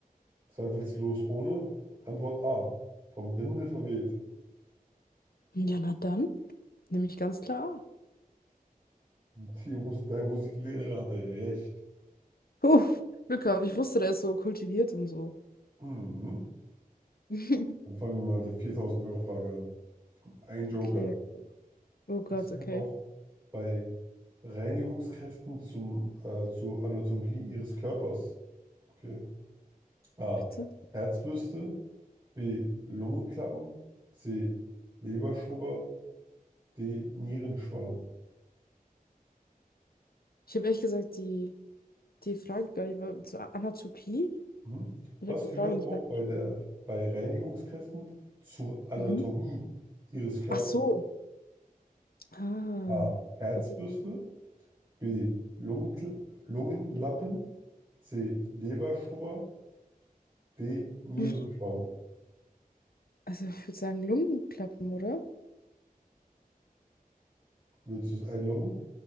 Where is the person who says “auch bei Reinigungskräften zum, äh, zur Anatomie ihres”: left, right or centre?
Right